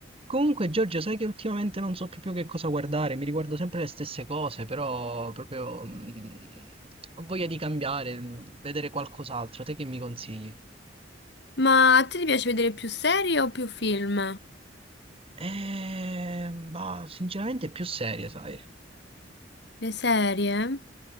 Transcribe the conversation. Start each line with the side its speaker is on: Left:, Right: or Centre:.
Right: Comunque, Giorgio, sai che ultimamente non so proprio che cosa guardare, mi riguardo sempre le stesse cose, però proprio mm, ho voglia di cambiare, mm, vedere qualcos'altro, te che mi consigli?
Left: Ma a te ti piace vedere più serie o più film?
Right: Eh, ma sinceramente più serie, sai.
Left: Le serie?